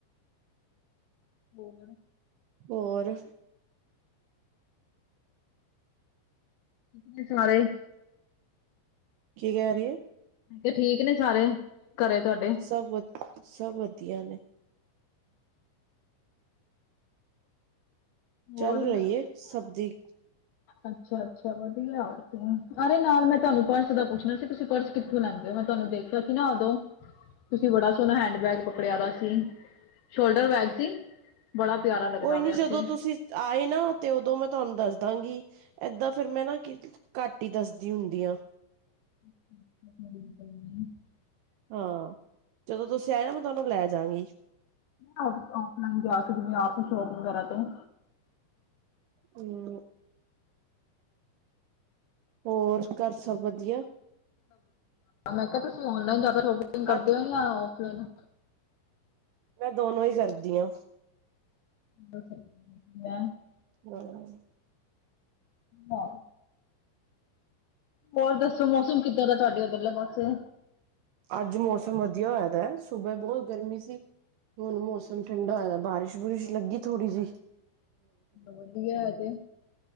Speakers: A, on the left; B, on the right.
A: ਹੋਰ
B: ਹੋਰ?
A: ਠੀਕ ਨੇ ਸਾਰੇ।
B: ਕੀ ਕਹਿ ਰਹੀ ਐ।
A: ਤੇ ਠੀਕ ਨੇ ਸਾਰੇ ਘਰੇ ਤੁਹਾਡੇ?
B: ਸਭ ਵ ਸਭ ਵਧੀਆ ਨੇ।
A: ਹੋਰ
B: ਚੱਲ ਰਹੀਏ ਸਭ ਦੀ।
A: ਅੱਛਾ- ਅੱਛਾ ਵਧੀਆ ਅਰੇ ਨਾਲ ਮੈਂ ਤੁਹਾਨੂੰ ਪਰਸ ਦਾ ਪੁੱਛਣਾ ਸੀ ਤੁਸੀਂ ਪਰਸ ਕਿੱਥੋਂ ਲੰਘਦੇ ਹੋ, ਮੈਂ ਤੁਹਾਨੂੰ ਦੇਖਿਆ ਸੀ ਨਾ ਉਦੋਂ ਤੁਸੀਂ ਬੜਾ ਸੋਹਣਾ ਹੈਂਡ ਬੈਗ ਪਕੜਿਆ ਵੇ ਸੀ, ਸ਼ੋਲਡਰ ਬੈਗ ਸੀ। ਬੜਾ ਪਿਆਰਾ ਲੱਗਦਾ
B: ਕੋਈ ਨੀ
A: ਪਿਆ
B: ਜਦੋਂ
A: ਸੀ।
B: ਤੁਸੀਂ ਆਏ ਨਾ, ਤੇ ਉਦੋਂ ਮੈਂ ਤੁਹਾਨੂੰ ਦੱਸ ਦਾਂਗੀ, ਏਦਾਂ ਫਿਰ ਮੈਂ ਨਾ ਕੀ ਘੱਟ ਹੀ ਦੱਸਦੀ ਹੁੰਦੀ ਆ।
A: <inaudible>
B: ਹਾਂ, ਜਦੋਂ ਤੁਸੀਂ ਆਏ ਨਾ ਮੈਂ ਤੁਹਾਨੂੰ ਲੈ ਜਾਗੀ।
A: ਫਲਾਈਨ ਜਾ ਕੇ ਜਿਵੇਂ ਆਪ ਸ਼ੋਪ ਵਗੈਰਾ ਤੋਂ
B: ਹੂੰ। ਹੋਰ ਘਰ ਸਭ ਵਧੀਆ?
A: ਮੈਂ ਕਿਹਾ ਤੁਸੀਂ ਔਨਲਾਈਨ ਜ਼ਿਆਦਾ ਸ਼ੋਪਿੰਗ ਕਰਦੇ
B: ਅੱਜ
A: ਹੋ ਜਾਂ ਓਫਲਾਈਨ?
B: ਮੈਂ ਦੋਨੋ ਹੀ ਕਰਦੀ ਆ।
A: <unintelligible>
B: <inaudible>
A: ਨਾ ਹੋਰ ਦੱਸੋ ਮੌਸਮ ਕਿੱਦਾਂ ਦਾ ਤੁਹਾਡੇ ਉੱਧਰਲੇ ਪਾਸੇ?
B: ਅੱਜ ਮੌਸਮ ਵਧੀਆ ਹੋਇਆ ਵੇ ਦਾ ਸੂਬੇ ਬਹੁਤ ਗਰਮੀ ਸੀ। ਹੁਣ ਮੌਸਮ ਠੰਡਾ ਹੋਇ ਬਾਰਿਸ਼ ਬੁਰਿਸ਼ ਲੱਗੀ ਥੋੜੀ ਜੀ।
A: ਵਧੀਆ ਜੇ,